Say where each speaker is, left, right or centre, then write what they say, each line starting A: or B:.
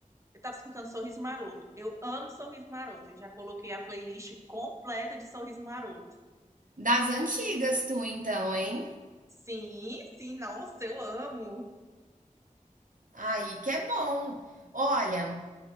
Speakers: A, on the right; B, on the right.
A: eu tava escutando Sorriso Maroto. Eu amo Sorriso Maroto. Eu já coloquei a playlist completa de Sorriso Maroto.
B: Das antigas, tu então, hein?
A: Sim, sim, nossa, eu amo.
B: Aí que é bom. Olha,